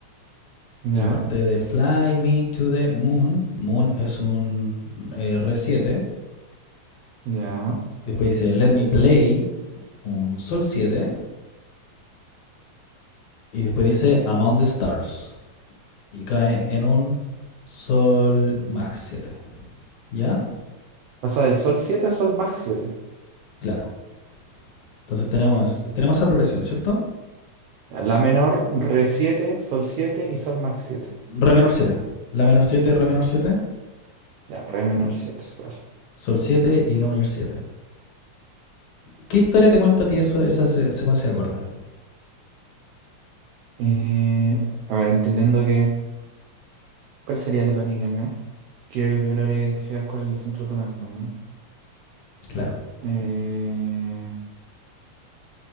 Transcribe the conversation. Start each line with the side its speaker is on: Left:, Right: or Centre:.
Right: Ya,
Left: En la parte de Fly Me to the Moon, Moon es un eh, Re 7.
Right: ya.
Left: Después dice Let Me Play, un Sol siete Y después dice Among the Stars. Y cae en un Sol Mag siete ¿Ya?
Right: Pasa de sol 7 a sol más siete
Left: Claro. Entonces tenemos, tenemos esa progresión, ¿cierto?
Right: Ya, la menor, re siete sol 7 y sol más siete
Left: Re menor siete La menor siete Re menor siete
Right: Ya, re menor siete vale.
Left: Sol siete y Do mayor siete ¿Qué historia te cuenta a ti eso, esa secuencia de acordes
Right: Eh, a ver, entendiendo que ¿Cuál sería la tónica acá? Creo que primero habría que identificar cuál es el centro tonal, pues, ¿no?
Left: Claro.
Right: Eh,